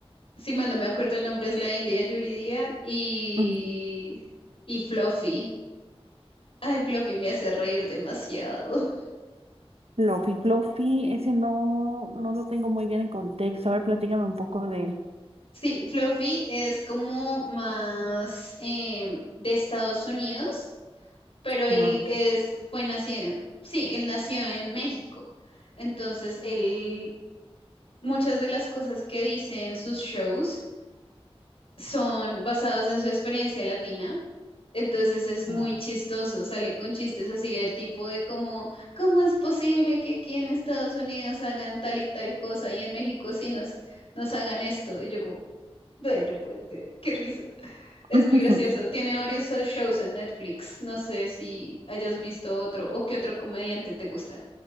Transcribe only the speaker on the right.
Mm,
Fluffy, Fluffy, ese no, no lo tengo muy bien en contexto. A ver, platícame un poco de él.
Ah, ok.
Ah.
<laughs>